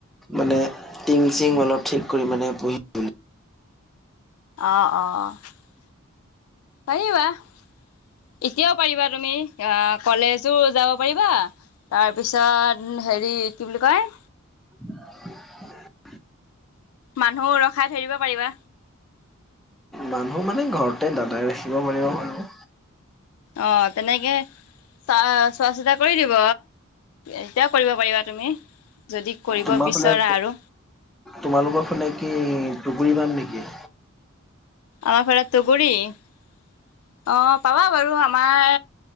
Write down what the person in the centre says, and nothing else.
মানে টিং চিং অলপ ঠিক কৰি মানে পুহিম বুলি
<inaudible>
মানুহ মানে ঘৰতে দাদাই ৰাখিব পাৰিব বাৰু
তোমাৰ
ফালে
তোমালোকৰ ফালে কি টোগুৰি পাম নেকি?